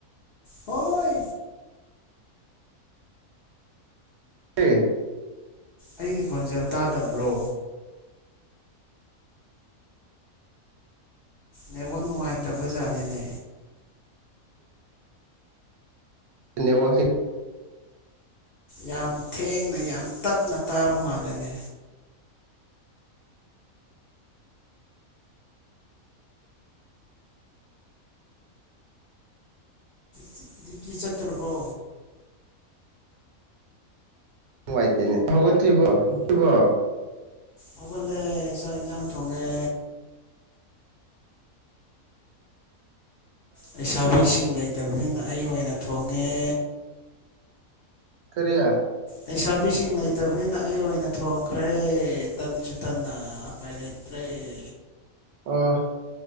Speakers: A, on the left (about 60°); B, on the right (about 80°).
A: ꯍꯣꯏ
B: <unintelligible>
A: ꯑꯩꯒꯤ ꯈꯣꯟꯖꯦꯜ ꯇꯥꯗꯕ꯭ꯔꯣ ꯅꯦꯠꯋꯥꯛ ꯅꯨꯡꯉꯥꯏꯇꯕ ꯖꯥꯠꯅꯤꯅꯦ
B: ꯅꯦꯠꯋꯥꯛꯁꯤ
A: ꯌꯥꯝ ꯊꯦꯡꯅ ꯌꯥꯝ ꯇꯞꯅ ꯇꯥꯕ ꯃꯥꯜꯂꯦꯅꯦ ꯗꯨ꯭ꯌꯇꯤ ꯆꯠꯇꯕ꯭ꯔꯣ
B: ꯅꯨꯡꯉꯥꯏꯇꯦꯅꯦ ꯍꯧꯒꯠꯇ꯭ꯔꯤꯕꯣ ꯔꯤꯕꯣ
A: ꯍꯧꯒꯠꯂꯦ ꯆꯥꯛ ꯢꯟꯖꯥꯡ ꯊꯣꯡꯉꯦ ꯂꯩꯁꯥꯕꯤꯁꯤꯡ ꯂꯩꯇꯕꯅꯤꯅ ꯑꯩ ꯑꯣꯏꯅ ꯊꯣꯡꯉꯦ
B: ꯀꯔꯤ
A: ꯂꯩꯁꯥꯕꯤꯁꯤꯡ ꯂꯩꯇꯕꯅꯤꯅ ꯑꯩ ꯑꯣꯏꯅ ꯊꯣꯡꯈ꯭ꯔꯦ ꯇꯟꯁꯨ ꯇꯟꯅ ꯎꯄꯥꯏ ꯂꯩ ꯇ꯭ꯔꯦꯂꯤ
B: ꯑꯣ